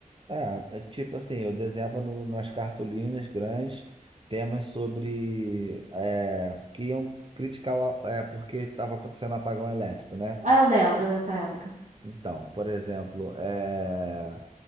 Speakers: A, on the right; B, on the right.
A: É, é tipo assim, eu desenhava no, nas cartolinas grandes temas sobre é, que iam criticar o a- é, porque estava acontecendo um apagão elétrico, né?
B: Ah, eu lembro dessa época.
A: Então, por exemplo, é,